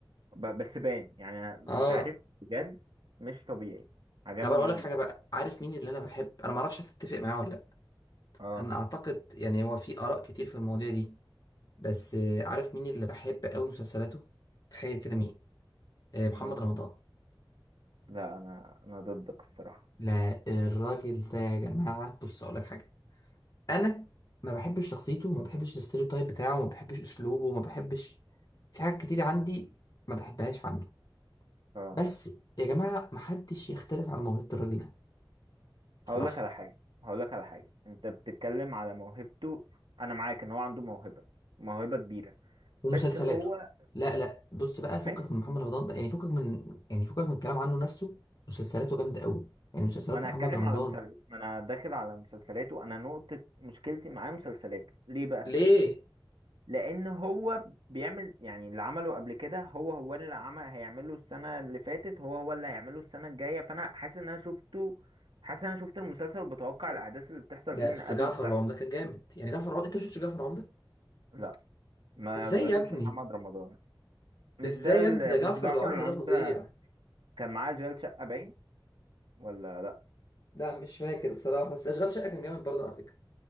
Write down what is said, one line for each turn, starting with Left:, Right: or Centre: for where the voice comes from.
Right: ب- بس باين يعني
Left: اه
Right: انت عارف بجد مش طبيعي عجبني
Left: طب انا اقول
Right: قوي
Left: لك حاجه بقى عارف مين اللي انا بحب انا ما اعرفش هتتفق معاه ولا لا
Right: اه
Left: انا اعتقد يعني هو في اراء كتير في المواضيع دي بس آه، عارف مين اللي بحب قوي مسلسلاته تخيل كده
Right: مين
Left: مين آه محمد
Right: مين
Left: رمضان
Right: لا انا انا ضدك الصراحه
Left: لا الراجل ده يا جماعه بص اقول لك حاجه انا ما بحبش شخصيته ما بحبش الستيreotype بتاعه ما بحبش اسلوبه ما بحبش في حاجات كتير عندي ما بحبهاش عنه
Right: اه
Left: بس يا جماعه ما حدش يختلف على موهبه الراجل ده بصراحه
Right: هقول لك على حاجه هقول لك على حاجه انت بتتكلم على موهبته انا معاك ان هو عنده موهبه موهبه كبيره
Left: ومسلسلاته
Right: بس هو
Left: لا لا بص بقى فكك
Right: ماشي
Left: من محمد رمضان ده يعني فكك من يعني فكك من الكلام عنه نفسه مسلسلاته جامده قوي يعني مسلسلات
Right: ما انا
Left: محمد
Right: هتكلم
Left: رمضان
Right: على مسلسل ما انا داخل على مسلسلاته انا نقطه مشكلتي معاه مسلسلاته ليه بقى
Left: ليه
Right: لان هو بيعمل يعني اللي عمله قبل كده هو هو اللي عمل هيعمله السنه اللي فاتت هو هو اللي هيعمله السنه الجايه فانا حاسس ان انا شفته حاسس ان انا شفت المسلسل بتوقع الاحداث اللي بتحصل
Left: لا
Right: فيه من
Left: بس
Right: قبل
Left: جعفر
Right: ما تحصل
Left: العمده كان جامد يعني جعفر العمده انت مش شفتش جعفر العمده
Right: لا ما
Left: ازاي
Right: بشوفش
Left: يا ابني
Right: محمد رمضان مش
Left: ازاي
Right: ده ال...
Left: يا ابني ده جعفر
Right: مش جعفر
Left: العمده
Right: العمدة
Left: ده فظيع
Right: كان معاه اشغال شقه باين ولا لا
Left: لا مش فاكر بصراحه بس اشغال شقه كان جامد برضه على فكره